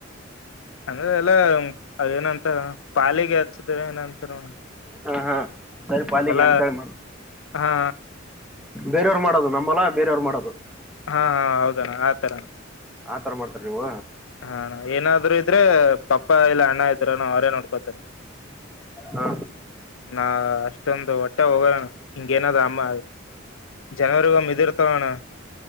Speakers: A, on the left; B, in the centre.
A: ಅಂದ್ರ ಎಲ್ಲ ಅ ಏನಂತಾರ ಪಾಲಿಗೆ ಹಚ್ಚಿದವ ಏನಂತಾರ
B: ಹಾ ಹಾ ಸರಿ ಪಾಲಿಗೆ
A: ಹೊಲ
B: ಅಂತ ಹೇಳಿ ಮಾಡ್ತ
A: ಹಾ
B: ಬೇರೆಯವ್ರು ಮಾಡೋದು ನಂಬಲ್ಲ ಬೇರೆಯವ್ರು ಮಾಡೋದು
A: ಹಾ ಹಾ ಹೌದು ಅಣ್ಣ ಆತರ
B: ಆತರ ಮಾಡ್ತಾರೆ ನೀವು
A: ಹ ಏನಾದ್ರರು ಇದ್ರೆ ಪಾಪ್ಪಾ ಇಲ್ಲ ಅಣ್ಣ ಇದ್ರನು ಅವರೇ ನೋಡ್ಕೋತಾರೆ
B: ಹಾ
A: ನಾ ಅಷ್ಟೊಂದು ಒಟ್ಟ ಟ್ಟ ಹೋಗೋಣ ಹಿಂಗೇನದ ಅಮ್ಮ ಜನರಿಗ ಮಿದೂ ಇರುತ ನೋಡು